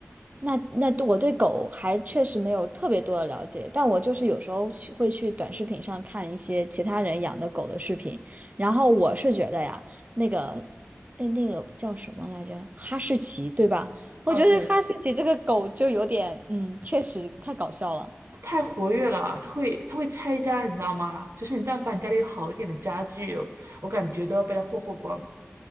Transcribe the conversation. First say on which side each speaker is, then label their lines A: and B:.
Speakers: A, on the right; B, on the right.
A: 那那我对狗还确实没有特别多的了解，但我就是有时候去会去短视频上看一些其他人养的狗的视频，然后我是觉得呀，那个那那个叫什么来着，哈士奇对吧？我觉得哈士奇这个狗就有点，
B: 啊，对，
A: 嗯，确实太搞笑了。
B: 太活跃了，它会它会拆家，你知道吗？就是你但凡你家里有好一点的家具哦，我感觉都要被它霍霍光。